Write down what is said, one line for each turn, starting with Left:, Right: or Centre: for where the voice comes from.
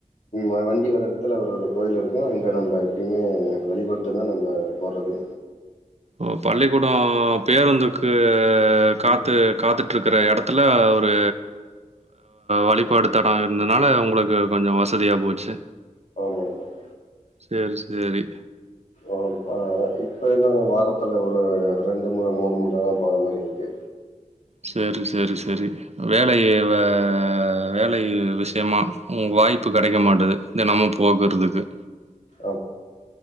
Left: ம் வண்டி வர எடத்துல அவரோட கோயில் இருக்கும் அங்கே நம்ம எப்பயுமே வழிபட்டு தா நம்ம போறது
Right: ஓ பள்ளிக்கூடம் பேருந்துக்கு காத்து
Left: ம்.
Right: காத்துட்டு இருக்கற இடத் இதெல்லா ஒரு வழிபாடு தா நான் இருந்தனால உங்களுக்கு கொஞ்சோ வசதியா போச்சு.
Left: ஆமாங் சார்
Right: சேரி சேரி
Left: ஆ ஆ இப்பல்லாம் வாரத்துல ஒரு ரெண்டு முற மூணு முற தா போற மாரி இருக்கு
Right: சேரி சேரி சேரி வேலையவ வேலை விஷயமா உங்க வாய்ப்பு கிடைக்க மாட்டுது தினமு போகுறதுக்கு
Left: அப்